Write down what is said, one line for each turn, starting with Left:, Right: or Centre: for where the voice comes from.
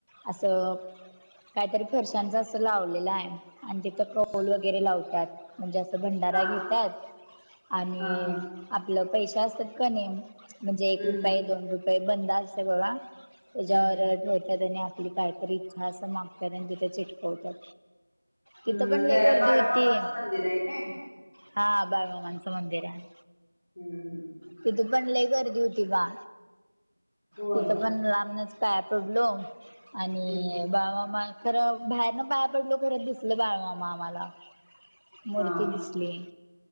Right: असं. काहीतरी फरशांच असं लावलेलं आहे, आणि ते पौल
Left: हम्म
Right: वगैरे लावतात म्हणजे, असं भंडारा
Left: हा
Right: घेतात आणि
Left: हा हा हम्म
Right: आपलं पैसे असतात का नाही म्हणजे एक
Left: हम्म
Right: रुपये दोन रुपये बंद असत बाघ त्याच्यावर
Left: हम्म
Right: ठेवतात आणि आपली काहीतरी इच्छा असं मागतात आणि तिथ चिटकवतात. तिथं
Left: हम्
Right: पण
Left: म्हणजे
Right: लय गर्दी
Left: बाळूमामाचं
Right: होती
Left: मंदिर आहे, काय?
Right: हा बाळूमामांच मंदिर आहे.
Left: हम्म हम् हम
Right: तिथ पण लय गर्दी होती बा
Left: होय
Right: तिथं पण लांबनच पाया पडलो आणि
Left: हम्म
Right: बाळूमामा- खरं बाहेरनं पाया पडलो खरं दिसल बाळमामा आम्हाला मूर्ती
Left: हा हा
Right: दिसली.